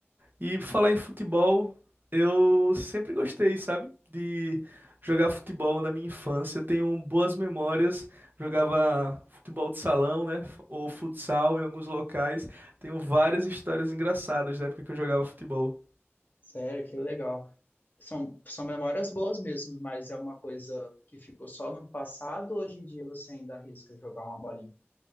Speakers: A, on the right; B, on the left.
A: E pra falar em futebol, eu sempre gostei, sabe? De jogar futebol na minha infância. Eu tenho boas memórias. Jogava futebol de salão, né? Ou futsal em alguns locais. Tenho várias histórias engraçadas da época que eu jogava futebol.
B: Sério, que legal. São, são memórias boas mesmo, mas é uma coisa que ficou só no passado, ou hoje em dia você ainda arrisca jogar uma bolinha?